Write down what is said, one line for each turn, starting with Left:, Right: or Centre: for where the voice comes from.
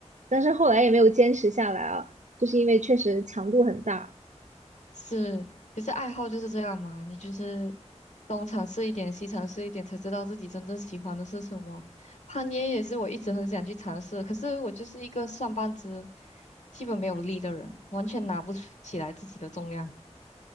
Right: 但是后来也没有坚持下来啊，就是因为确实强度很大。
Left: 是，可是爱好就是这样嘛，你就是东尝试一点，西尝试一点，才知道自己真正喜欢的是什么。攀岩也是我一直很想去尝试的可是我就是一个上半肢基本没有力的人，完全拿不起来自己的重量。